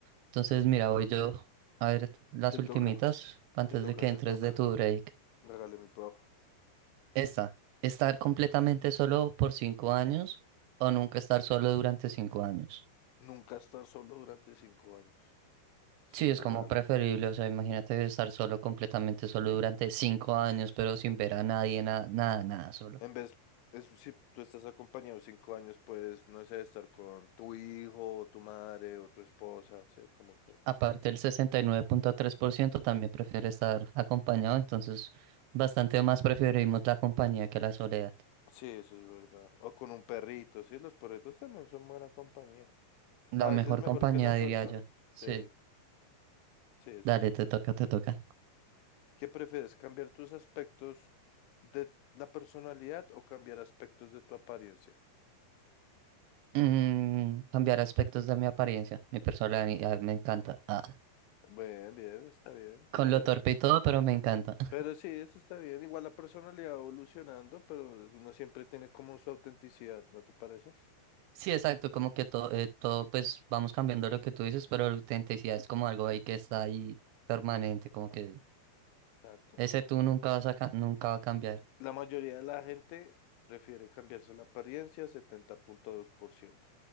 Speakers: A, on the right; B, on the left.
A: Entonces, mira, voy yo a ver las
B: Te
A: ultimitas
B: toca,
A: antes
B: te toca,
A: de que
B: te
A: entres
B: toca.
A: de tu break.
B: Regale mi bro.
A: Esta, estar completamente solo por cinco años o nunca estar solo durante cinco años.
B: Nunca estar solo durante cinco años, sin
A: Sí, es
B: dudarlo.
A: como preferible, o sea, imagínate estar solo, completamente solo durante cinco años, pero sin ver a nadie, na- nada, nada, solo.
B: En vez, es- si tú estás acompañado cinco años, pues, no sé, estar con tu hijo, o tu madre, o tu esposa, sí, como que.
A: Aparte, el 69.3% también prefiere estar acompañado, entonces bastante más preferimos la compañía que la soledad.
B: Sí, eso es verdad. O con un perrito, sí, los perritos también son buena compañía.
A: La
B: A
A: mejor
B: veces es mejor
A: compañía,
B: que la
A: diría
B: persona.
A: yo. Sí.
B: Sí, sí, eso
A: Dale,
B: sí es
A: te
B: verdad.
A: toca, te toca.
B: ¿Qué prefieres, cambiar tus aspectos de la personalidad o cambiar aspectos de tu apariencia?
A: Mm, cambiar aspectos de mi apariencia, mi personalidad me encanta. Ah,
B: Bien, bien, está bien.
A: con
B: ya
A: lo torpe y todo, pero me encanta. <laughs>
B: Pero sí, eso está bien. Igual la personalidad va evolucionando, pero uno siempre tiene como su autenticidad, ¿no te parece?
A: Sí, exacto, como que todo, eh, todo, pues vamos cambiando lo que tú dices, pero la autenticidad es como algo ahí que está ahí permanente, como que
B: Exacto.
A: ese tú nunca vas a, ca- nunca va a cambiar.
B: La mayoría de la gente prefiere cambiarse la apariencia, setenta punto dos por ciento